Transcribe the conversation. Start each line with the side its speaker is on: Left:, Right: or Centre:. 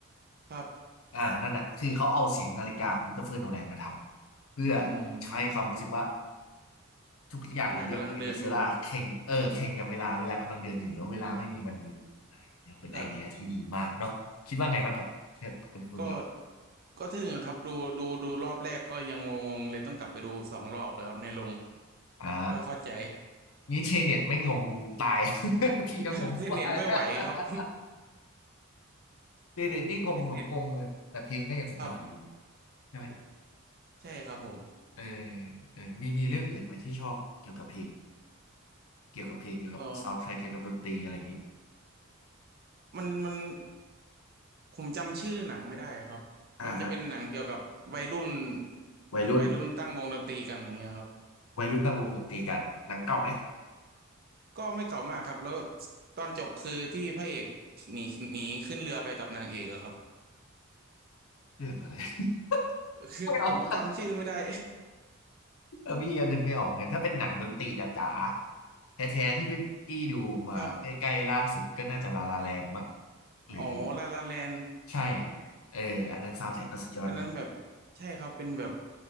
Right: ครับ
Left: อ่านั่นแหะคือเขาเอาเสียงนาฬิกาของคริสโตเฟอร์โนแลนมาทำเพื่อ
Right: อืม
Left: ให้ความรู้สึกว่า ทุกอย่างในเรื่องของอินเตอร์เซลาแข่งเออแข่งกับเวลาเวลากำลังเดินอยู่แล้วเวลาไม่มีวันหยุด
Right: เวลากำลังเดินอยู่
Left: เนี่ยเป็นไอเดียที่ดีมากเนาะคิดว่าไงบ้างครับเชิญคุณฟูมิ
Right: ครับก็ก็ทึ่งครับดูดูดูรอบแรกก็ยังงงๆเลยต้องกลับไปดูสองรอบเลยครับในโรง
Left: อ่า
Right: ค่อยเข้าใจ
Left: นี่เทเน็ตไม่งงตาย <laughs> พี่ก็งงไป
Right: <laughs> เทนเน็ตไม่ไหวครับ
Left: <laughs>
Right: <laughs>
Left: เทเน็ตนี่งงแบบงงเลยแต่เพลงก็ยังสุดยอดอยู่ดี
Right: เทนเน็ต ครับ
Left: ใช่ไหม
Right: ใช่ครับผม
Left: เออเออมีมีเรื่องอื่นไหมที่ชอบเกี่ยวกับเพลงเกี่ยวกับเพลงเกี่ยวกับซาวด์แทร็กเกี่ยวกับดนตรีอะไรอย่างนี้
Right: เออมันมันผมจำชื่อหนังไม่ได้ครับมันจะเป็นหนังเกี่ยวกับวัยรุ่น
Left: อ่าฮะวัยรุ่น
Right: วัยรุ่นตั้งวงดนตรีกันอย่างเงี้ยครับ
Left: วัยรุ่นตั้งวงดนตรีกันหนังเก่าไหม
Right: ก็ไม่เก่ามากครับแล้วตอนจบคือที่พระเอกหนีหนีขึ้นเรือไปกับนางเอกอะครับ
Left: เรื่องอะไร <laughs>
Right: คือผมก็จำชื่อไม่ได้
Left: ไม่เอา <laughs> เออพี่ก็นึกไม่ออกเหมือนกันถ้าเป็นหนังดนตรีจ๋าๆแท้ๆที่เป็นพี่ดูมาใกล้ๆล่าสุดก็น่าจะลาลาแลนด์มั้ง
Right: <laughs> ครับ
Left: หรือ
Right: อ๋อลาลาแลน
Left: ใช่เอออันนั้นซาวด์แทร็กก็สุดยอดมาก
Right: อันนั้นแบบใช่ครับเป็นแบบ